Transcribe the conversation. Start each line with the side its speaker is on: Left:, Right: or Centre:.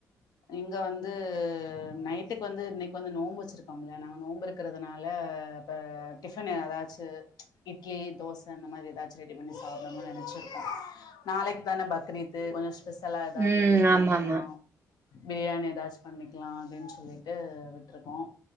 Left: இங்கே வந்து நைட்டுக்கு வந்து இன்னைக்கு வந்து நோன்ம்பு வச்சுருக்கோம்ல நாங்க நோம்பு வெச்சுருக்கிறதுனால இப்ப டிஃபன் ஏதாச்சு இட்லி தோசை இந்த மாதிரி ஏதாச்சும் ரெடி பண்ணி சாப்பிடணும்னு நினைச்சிருக்கோம் நாளைக்கு தானே பக்ரீது கொஞ்சம் ஸ்பெஷலா ஏதாவது
Right: ம்
Left: ரெடி பண்ணிக்கலாம்
Right: ஆமா ஆமா
Left: பிரியாணி ஏதாச்சும் பண்ணிக்கலாம் அப்படின்னு சொல்லிட்டு விட்டுருக்கோம்